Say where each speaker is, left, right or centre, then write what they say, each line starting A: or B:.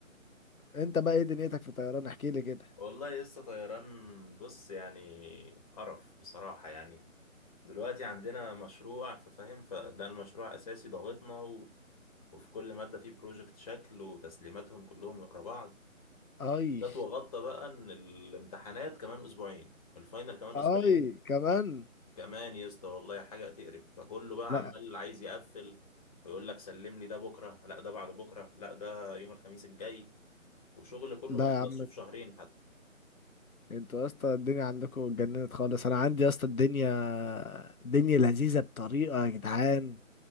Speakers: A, on the left; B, on the left.
A: انت بقى ايه دنيتك في الطيران احكي لي كده
B: والله لسه طيران بص يعني قرف بصراحة يعني دلوقتي عندنا مشروع ففاهم فده المشروع اساسي ضاغطنا وفي كل مادة فيه بروجكت شكل وتسليماتهم كلهم ورا بعض
A: اي
B: بالذات وغطى بقى ان الامتحانات كمان اسبوعين الفاينل كمان
A: اي
B: اسبوعين
A: كمان
B: كمان يا اسطى والله حاجة تقرف فكله بقى
A: لا
B: عمال عايز يقفل ويقول لك سلم لي ده بكرة لا ده بعد بكرة لا ده يوم الخميس الجاي وشغل كله
A: لا
B: ما يخلصش
A: يا عم
B: في شهرين حتى
A: انتوا يا اسطى الدنيا عندكم اتجننت خالص انا عندي يا اسطى الدنيا الدنيا لذيذه بطريقه يا جدعان